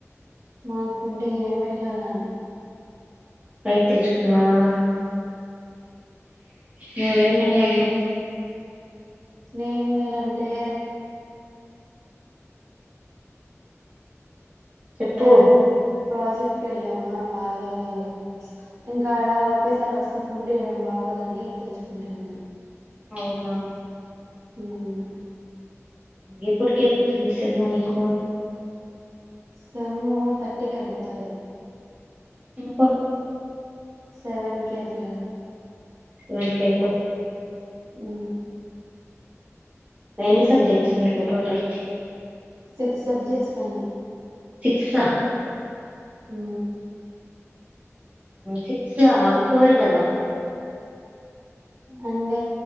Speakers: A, on the right; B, on the right.
A: మాకు ఫుడ్ ఏం పెట్లా దండి
B: బయట తెచ్చుకున్నావా హలో ఏమైంది అమ్మ
A: నేను మేలంటే
B: చెప్పు
A: వేరే ప్రాజెక్ట్ క వెళ్ళామా వాళ్ళ వాళ్ళు ఇంకాడా ఒకేసారి వస్తా ఫుడ్డు ఈడేం బాగోదని తెచ్చుకుంటును నేను
B: అవునా
A: ఉ హు
B: ఎప్పటికీ అయిపోతుంది సార్ మీకు
A: సెమ్ము తట్టికి అయిపోతుంది
B: ఇంకా
A: సెవెన్ క అట్లా
B: <unintelligible>
A: ఉ
B: ఎనీ సబ్జెక్ట్స్ మీకు టోటల్
A: సిక్స్ సబ్జెక్ట్స్ కాగానీ
B: సిక్సా
A: ఉ
B: సిక్స్ ఫోర్ కదా
A: అంటే